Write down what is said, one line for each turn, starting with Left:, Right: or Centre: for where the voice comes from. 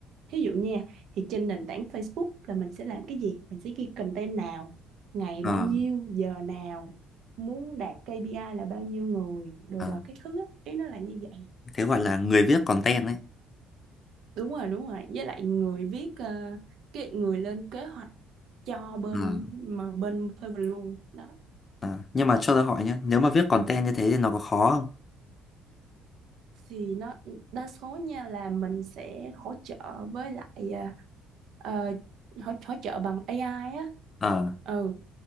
Right: thí dụ nha thì trên nền tảng Facebook là mình sẽ làm cái gì mình sẽ ghi content nào ngày
Left: Ờ,
Right: bao nhiêu giờ nào muốn đạt KPI là bao nhiêu người đồ
Left: ờ,
Right: đồ cái thứ á ý nó là như vậy
Left: thế gọi là người viết content
Right: đúng rồi đúng rồi với lại người viết ờ, cái người lên kế hoạch cho bên
Left: đấy.
Right: mà bên thuê mình luôn đó
Left: À, nhưng mà cho tôi hỏi nhé, nếu mà viết content như thế thì nó có khó không?
Right: thì nó đa số nha là mình sẽ hỗ trợ với lại ờ, ờ, hỗ, hỗ trợ bằng AI á
Left: Ờ,
Right: ừ